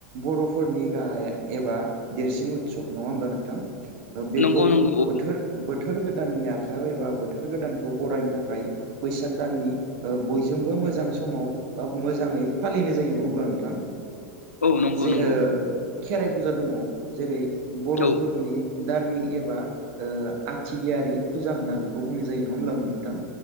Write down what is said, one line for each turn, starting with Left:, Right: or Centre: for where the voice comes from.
Right: बर'फोरनि गाहाय बा देरसिन उतसब नङा होमब्ला नोंथां बेखौ
Left: नंगौ नंगौ
Right: बोथोर बोथोर बोथोर गोदाननि आखायाव एबा बोथोर गोदानखौ बरायनो थाखाय बैसाग दाननि बयजोंबो मोजां समाव बा मोजाङै फालिनाय जायो नङा होमब्ला नोंथां
Left: औ नंगौ
Right: जे
Left: नंगौ
Right: ओ खेराइ फुजा दङ जेरै बर'फोरनि
Left: औ
Right: दार्मिक एबा ओ आथिगियारि फुजा होनना बेखौ बुंनाय जायो नङा होनब्ला नोंथां